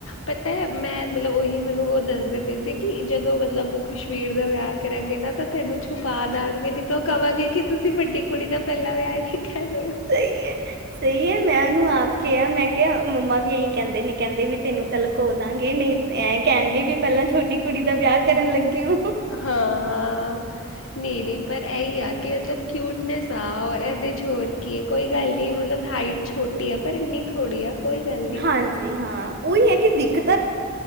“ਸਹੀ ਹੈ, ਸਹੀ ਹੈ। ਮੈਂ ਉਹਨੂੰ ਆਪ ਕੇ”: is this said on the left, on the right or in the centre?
Right